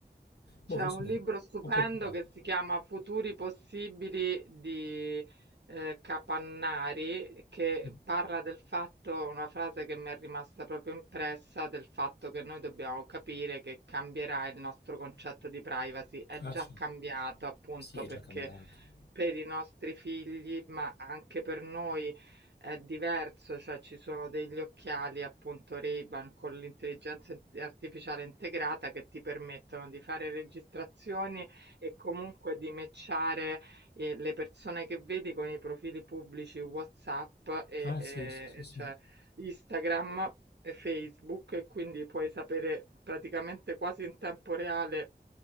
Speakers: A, on the right; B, on the left.
A: C'è
B: Boh, io
A: un
B: sono
A: libro
B: un
A: stupendo
B: po' preoccupato.
A: che si chiama Futuri possibili di eh, Capannari, che
B: Sì.
A: parla del fatto, una frase che mi è rimasta proprio impressa, del fatto che noi dobbiamo capire che cambierà il nostro concetto di privacy. È
B: Ah,
A: già
B: cioè,
A: cambiato appunto
B: sì, è
A: perché
B: già cambiato.
A: per i nostri figli, ma anche per noi è diverso, cioè ci sono degli occhiali appunto Ray-Ban con l'intelligenza in- artificiale integrata che ti permettono di fare registrazioni e comunque di matchare eh, le persone che vedi con i profili pubblici WhatsApp e,
B: Ah,
A: e- e
B: sì, sì, sì, sì.
A: cioè Instagram e Facebook e quindi puoi sapere praticamente quasi in tempo reale